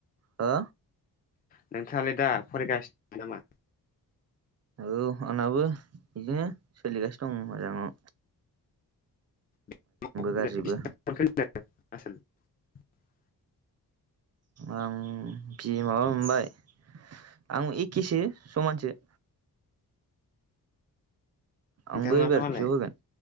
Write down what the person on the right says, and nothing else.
हो
औ आंनाबो बिदिनो सोलिगासिनो दं मोजाङाव
गाज्रिबो आंखि बिए माबा मोनबाय आं एखेसो समानसो
आंबो एबार
पि अ होगोन